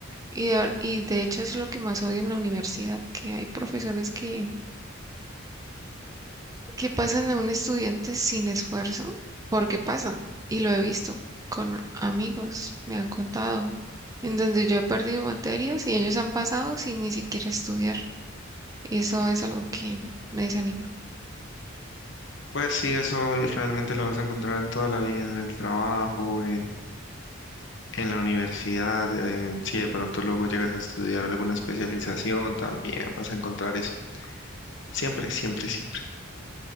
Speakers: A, on the right (about 15°); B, on the left (about 60°).
A: Y de, ver- y de hecho es lo que más odio en la universidad, que hay profesores que, que pasan a un estudiante sin esfuerzo, porque pasa, y lo he visto con amigos, me han contado, en donde yo he perdido materias y ellos han pasado sin ni siquiera estudiar. Y eso es algo que me desanima.
B: Pues sí, eso es- realmente lo vas a encontrar en toda la vida, en el trabajo, en, en la universidad, en- si de pronto luego llegas a estudiar alguna especialización, también vas a encontrar eso. Siempre, siempre, siempre.